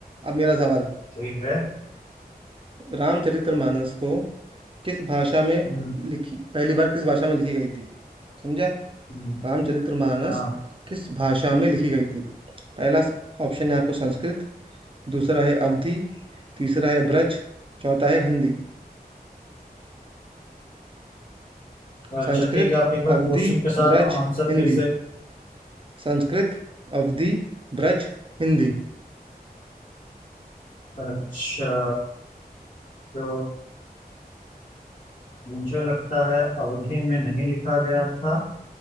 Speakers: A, on the right (about 35°); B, on the left (about 55°).
A: अब मेरा सवाल
B: ठीक है
A: रामचरितमानस को किस भाषा में
B: हम्म,
A: लिखी पहली बार किस भाषा में लिखी गई थी समझे आप
B: हम्म,
A: रामचरितमानस
B: हाँ
A: किस भाषा में लिखी गई थी पहला ऑप्शन है आपको संस्कृत दूसरा है अवधी तीसरा है ब्रज चौथा है हिंदी
B: अच्छा
A: संस्कृत
B: ठीक है आप एक बार
A: अवधि
B: क्वेश्चन के साथ
A: ब्रज
B: आंसर
A: हिंदी
B: फिर से
A: संस्कृत अवधि ब्रज हिंदी
B: अच्छा तो मुझे लगता है अवधि में नहीं लिखा गया था